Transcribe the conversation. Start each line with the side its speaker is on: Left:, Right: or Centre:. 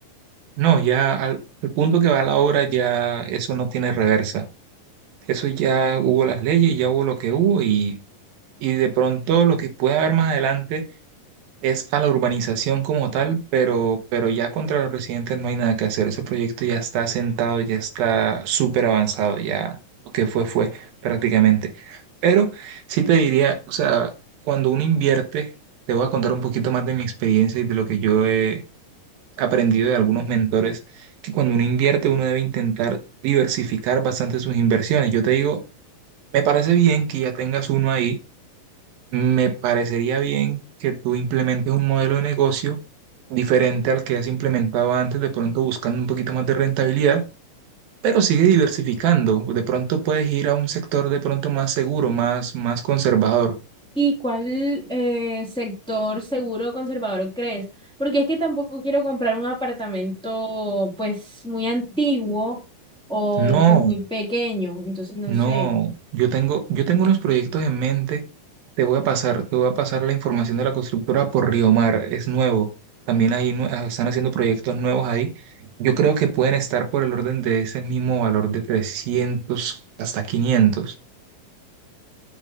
Right: No, ya al, al punto que va la obra ya eso no tiene reversa. Eso ya hubo las leyes, ya hubo lo que hubo y, y de pronto lo que puede haber más adelante es a la urbanización como tal, pero, pero ya contra los residentes no hay nada que hacer. Ese proyecto ya está sentado, ya está súper avanzado, ya lo que fue, fue prácticamente. Pero sí te diría, o sea, cuando uno invierte, te voy a contar un poquito más de mi experiencia y de lo que yo he aprendido de algunos mentores, que cuando uno invierte, uno debe intentar diversificar bastante sus inversiones. Yo te digo, me parece bien que ya tengas uno ahí, me parecería bien que tú implementes un modelo de negocio diferente al que has implementado antes, de pronto buscando un poquito más de rentabilidad, pero sigue diversificando. De pronto puedes ir a un sector de pronto más seguro, más, más conservador.
Centre: ¿Y cuál eh, sector seguro conservador crees? Porque es que tampoco quiero comprar un apartamento pues muy antiguo o
Right: No,
Centre: pues muy pequeño, entonces no
Right: no.
Centre: sé.
Right: Yo tengo, yo tengo unos proyectos en mente. Te voy a pasar, te voy a pasar la información de la constructora por Río Mar. Es nuevo. También ahí nue- ah, están haciendo proyectos nuevos ahí. Yo creo que pueden estar por el orden de ese mismo valor de 300 hasta quinientos